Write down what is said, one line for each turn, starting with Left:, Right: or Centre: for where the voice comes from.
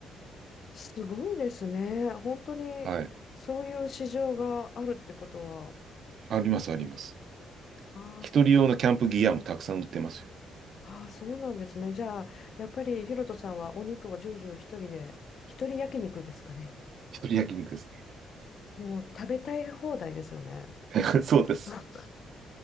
Left: すごいですね。本当にそういう市場があるってことは。
Right: はい。
Left: は
Right: あります、あります。
Left: あ、
Right: 一人用のキャンプギアもたくさん売ってますよ
Left: ああ、そうなんですね。じゃあ、やっぱりヒロトさんはお肉をジュージュー一人で、一人焼肉ですかね。
Right: 一人焼肉です。
Left: もう食べたい放題ですよね。
Right: <laughs> そうです。
Left: <laughs>